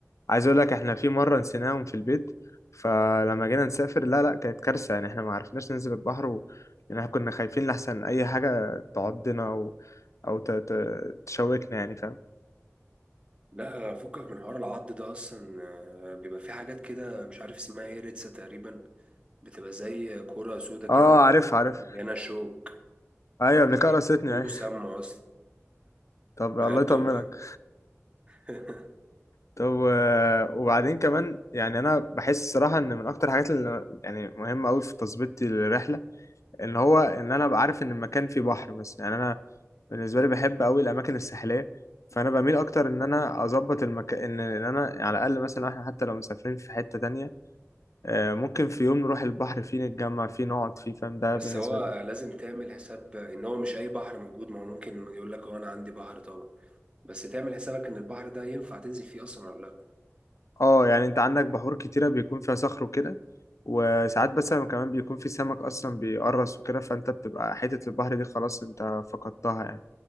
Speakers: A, on the left; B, on the right.
A: عايز اقول لك احنا في مره نسيناهم في البيت فلما جينا نسافر لا لا كانت كارثه يعني احنا ما عرفناش ننزل البحر و... يعني احنا كنا خايفين لحسن اي حاجه تعضنا او او ت... ت... تشوكنا يعني فاهم
B: لا فكك من حوار العض ده اصلا آه، بيبقى في حاجات كده مش عارف اسمها ايه ريتسا تقريبا بتبقى زي كرة سودا كده
A: اه عارف عارف
B: مليانة شوك
A: ايوه
B: دي
A: قبل كده رستني
B: بيقولوا
A: ايوه
B: سامة اصلا
A: طب
B: بجد
A: الله يطمنك
B: والله <laughs>
A: طب و... وبعدين كمان يعني انا بحس الصراحه ان من اكتر الحاجات اللي يعني مهمه قوي في تظبيط الرحله ان هو ان انا ابقى عارف ان المكان فيه بحر مثلا يعني انا بالنسبه لي بحب قوي الاماكن الساحليه فانا بميل اكتر ان انا اظبط المكان ان ان انا على الاقل مثلا احنا حتى لو مسافرين في حته تانية آه، ممكن في يوم نروح البحر فيه نتجمع فيه نقعد فيه فاهم ده
B: بس
A: بالنسبه
B: هو
A: لي
B: لازم تعمل حساب ان هو مش اي بحر موجود ما هو ممكن يقول لك اه انا عندي بحر طبعا بس تعمل حسابك ان البحر ده ينفع تنزل فيه اصلا ولا لا
A: اه يعني انت عندك بحور كتيره بيكون فيها صخر وكده وساعات بس لما كمان بيكون في سمك اصلا بيقرص وكده فانت بتبقى حته البحر دي خلاص انت فقدتها يعني